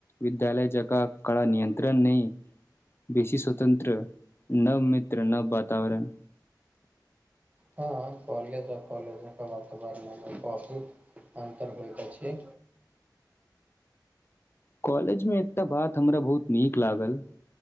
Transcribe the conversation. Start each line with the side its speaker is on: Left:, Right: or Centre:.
Left: विद्यालय जकाँ कड़ा नियंत्रण नहि बेसी स्वतंत्र नव मित्र नव वातावरण
Right: हँ कॉलेज ओर कॉलेजके बाद बारआमे बहुत अन्तर होइत अछि
Left: कॉलेज मे एकटा बात हमरा बहुत नीक लागल